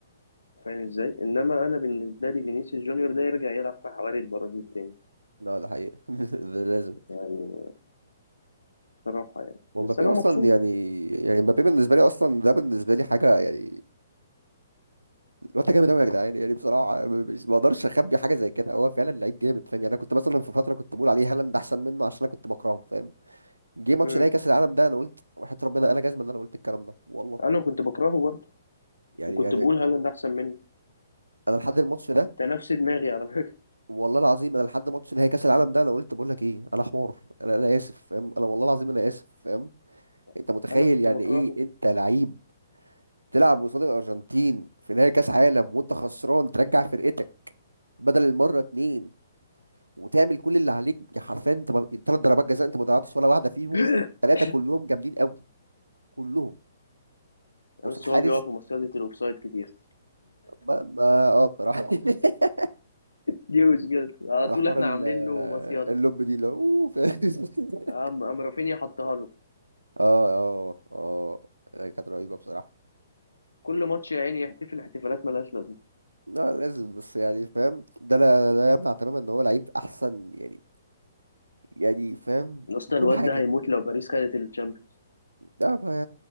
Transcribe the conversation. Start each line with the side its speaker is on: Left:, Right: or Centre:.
Left: فاهم ازاي انما انا بالنسبه لي فينيسيوس جونيور ده يرجع يلعب في حواري البرازيل تاني
Right: لا ده حقيقي <laughs> ده لازم
Left: يعني بصراحه يعني
Right: ومبابي
Left: بس انا
Right: اصلا
Left: مبسوط
Right: يعني يعني مبابي بالنسبه لي اصلا ده بالنسبه لي حاجه يعني الواد ده جامد قوي يا جدعان يعني بصراحه م- مش ما اقدرش اخبي حاجه زي كده هو فعلا لعيب جامد فاهم يعني انا كنت مثلا في فتره كنت بقول عليه هالاند احسن منه عشان انا كنت بكرهه فاهم جه ماتش
Left: م-
Right: نهائي كاس العالم ده انا قلت وحياه ربنا انا جزمه ان انا قلت الكلام ده والله
Left: انا كنت بكرهه برضه
Right: يعني
Left: وكنت
Right: يعني
Left: بقول هالاند احسن منه
Right: انا لحد الماتش ده
Left: انت نفس دماغي على فكره
Right: والله العظيم انا لحد ماتش نهائي كاس العالم ده انا قلت بقول لك ايه انا حمار انا انا اسف فاهم انا والله العظيم انا اسف فاهم انت
Left: <laughs>
Right: متخيل
Left: انا كنت
Right: يعني
Left: بكرهه
Right: ايه انت لعيب تلعب قصاد الارجنتين في نهائي كاس عالم وانت خسران ترجع فرقتك بدل المره اتنين وتعمل كل اللي عليك يا حرفيا انت ثلاث ضربات جزاء انت ما ضيعتش ولا واحده فيهم
Left: <laughs>
Right: ثلاثه كلهم جامدين قوي كلهم قصاد
Left: بس
Right: حارس
Left: هو بيقف في مصيدة الاوفسايد كتير
Right: ما, ما اه بصراحه <laughs>
Left: دي مشكلته على
Right: على
Left: طول
Right: حوار
Left: احنا
Right: ال-
Left: عاملين
Right: آه،
Left: له مصيدة
Right: اللب دي اللي هو أوه، فاهم؟ <laughs>
Left: قام قام رافينيا حطها له
Right: اه اه اه كانت رهيبه بصراحه
Left: كل ماتش يا عيني يحتفل احتفالات ملهاش لازمه
Right: لا لازم بس يعني فاهم ده لا, لا يمنع تماما ان هو لعيب احسن يعني يعني فاهم
Left: يا اسطى
Right: في كل
Left: الواد
Right: حاجه
Left: ده هيموت لو باريس خدت الشامبيونز
Right: لا ف-